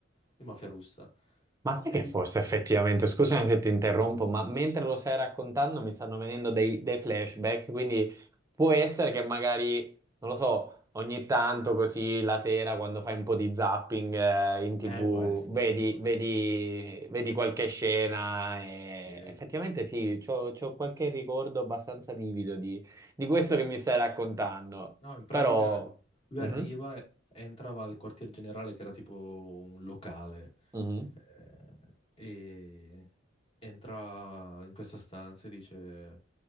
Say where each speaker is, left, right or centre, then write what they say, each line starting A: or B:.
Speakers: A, on the left; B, on the right.
A: di mafia russa.
B: Ma te
A: E
B: che
A: lui
B: forse
A: si...
B: effettivamente, scusami se ti interrompo, ma mentre lo stai raccontando mi stanno venendo dei, dei flashback, quindi può essere che magari, non lo so, ogni tanto così la sera quando fai un po' di zapping eh, in TV
A: Eh, Può essere,
B: vedi,
A: può essere.
B: vedi, vedi qualche scena e
A: Sì.
B: effettivamente sì, c'ho, c'ho qualche ricordo abbastanza vivido di, di questo che mi stai raccontando,
A: No, in pratica
B: però...
A: lui
B: Mhm,
A: arriva, e entrava al quartier generale che era tipo un locale
B: mhm,
A: eh, e entra in questa stanza e dice